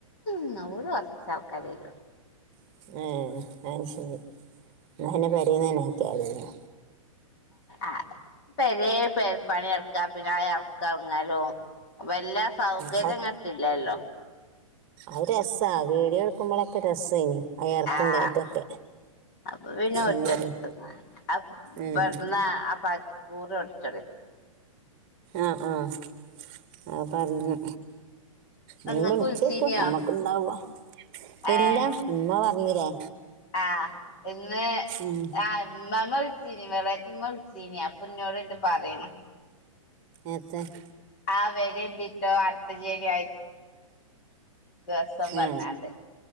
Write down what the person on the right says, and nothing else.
<unintelligible> ന്ന പിന്നെ പേരെന്നന്നെ ആക്കിയലിന്ന
മതി
അത് രസാ വീഡിയോ എടുക്കുമ്പോളൊക്കെ രസയ്നി ആ എറക്കോം
കയറ്റൊക്കെ
ഉം
ഉം
ആഹ് ആഹ് അത് പറഞ്ഞു നീ
വിളിച്ചേക്കും
നമ്മക്കുണ്ടാവോ ഇല്ല
ഇമ്മ പറഞ്ഞില്ലേ
ഉം
എത്ത <unintelligible>
ആ